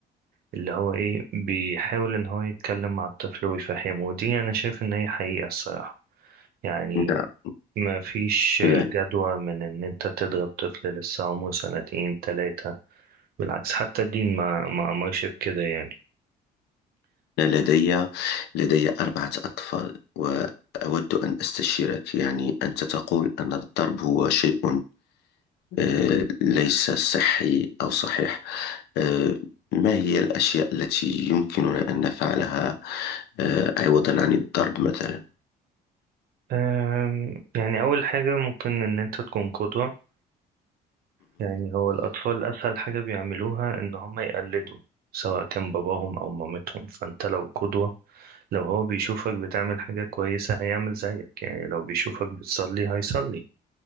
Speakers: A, on the right (about 65°); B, on the left (about 75°).
A: اللي هو إيه بيحاول إن هو يتكلم مع الطفل ويفهمه ودي أنا شايف إن هي حقيقة الصراحة يعني
B: نعم
A: ما فيش
B: يعني
A: جدوى من ان انت تضرب طفل لسه عمره سنتين تلاتة بالعكس حتى الدين ما ما امرش بكده يعني
B: أنا لدي لدي أربعة أطفال وأود أن أستشيرك يعني أنت تقول أن الضرب هو شيء آه، ليس صحي أو صحيح آه، ما هي الأشياء التي يمكننا أن نفعلها آه، عوضا عن الضرب مثلا
A: أم، يعني اول حاجة ممكن ان انت تكون قدوة يعني هو الاطفال اسهل حاجة بيعملوها ان هم يقلدوا سواء كان باباهم او مامتهم فانت لو قدوة لو هو بيشوفك بتعمل حاجة كويسة هيعمل زيك يعني لو بيشوفك بتصلي هيصلي